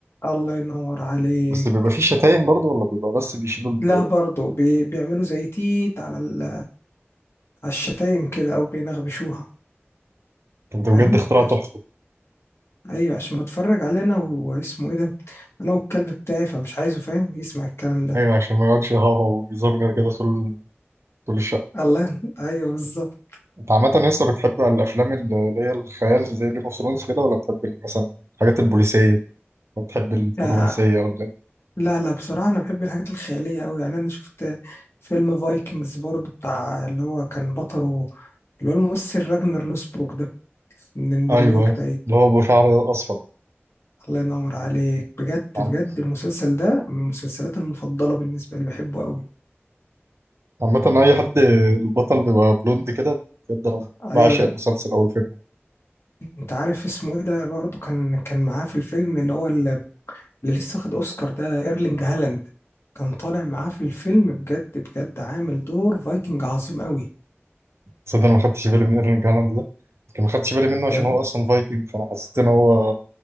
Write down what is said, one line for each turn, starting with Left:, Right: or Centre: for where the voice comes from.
Left: الله ينور عليك
Right: بس بيبقى فيه شتايم برضه ولا بيبقى بس بيشيلوا ال...
Left: لا برضه بي... بيعملوا زي تيت على ال... على الشتايم كده او بينغبشوها
Right: طب ده
Left: فاهم
Right: بجد اختراع
Left: عش...
Right: تحفة
Left: ايوه عشان بتفرج علينا و- واسمه ايه ده انا والكلب بتاعي فمش عايزه فاهم يسمع الكلام ده
Right: ايوه عشان ما يقعدش يهوهو ويزمجر كده طول طول الشقة
Left: الله ايوه بالظبط
Right: انت عامة لسه بتحب الافلام اللي هي الخيال زي جيم اوف ثرونز كده ولا بتحب ال- مثلا الحاجات البوليسية ولا بتحب
Left: لا
Right: الرومانسية ولا ايه
Left: لا لا، بصراحه انا بحب الحاجات الخياليه قوي يعني انا شفت فيلم فايكنجز برضو بتاع اللي هو كان بطله اللي هو الممثل راجنر لوسبروك ده من النرويج
Right: ايوه ايوه
Left: باين
Right: اللي هو ابو شعر اصفر
Left: الله ينور عليك بجد
Right: عم-
Left: بجد المسلسل ده من المسلسلات المفضله بالنسبه لي بحبه قوي
Right: عامة اي حد البطل بيبقى بلوند كده بجد انا
Left: ايوه
Right: بعشق المسلسل او الفيلم
Left: انت عارف اسمه ايه ده برضه كان كان معاه في الفيلم اللي هو ال- اللي لسه واخد اوسكار ده ايرلينج هالاند كان طالع معاه في الفيلم بجد بجد عامل دور فايكنج عظيم قوي
Right: تصدق انا ما خدتش بالي من ايرلينج هالاند ده يمكن ما خدتش بالي منه عشان
Left: يا ابني
Right: هو اصلا فايكنج فانا حسيت ان هو